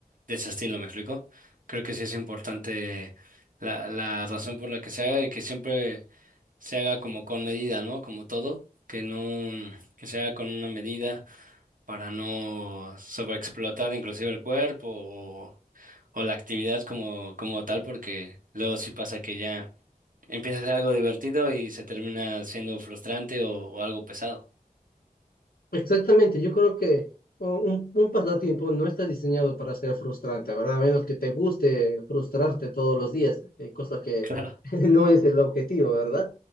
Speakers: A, on the right; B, on the left.
A: de ese estilo, ¿me explico? Creo que sí es importante la, la razón por la que se haga y que siempre se haga como con medida, ¿no? Como todo, que no, que se haga con una medida para no sobreexplotar inclusive el cuerpo o, o la actividad como, como tal, porque luego sí pasa que ya Empieza a ser algo divertido y se termina siendo frustrante o, o algo pesado. <laughs>
B: Exactamente, yo creo que o, un, un pasatiempo no está diseñado para ser frustrante, ¿verdad? A menos que te guste frustrarte todos los días, eh, cosa que
A: Claro.
B: <laughs> no es el objetivo, ¿verdad?